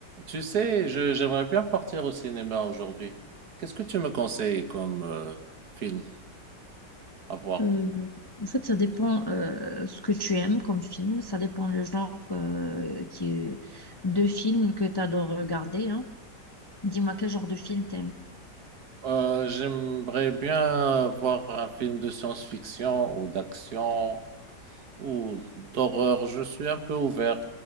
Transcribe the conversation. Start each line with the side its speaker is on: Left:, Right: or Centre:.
Right: Tu sais, je- j'aimerais bien partir au cinéma aujourd'hui. Qu'est-ce que tu me conseilles comme euh, film à voir?
Left: Euh, en fait, ça dépend euh, ce que tu aimes comme film, ça dépend le genre euh, qui est- de film que tu adores regarder, hein. Dis-moi quel genre de film t'aimes.
Right: Euh, j'aimerais bien voir un film de science-fiction ou d'action ou d'horreur. Je suis un peu ouvert,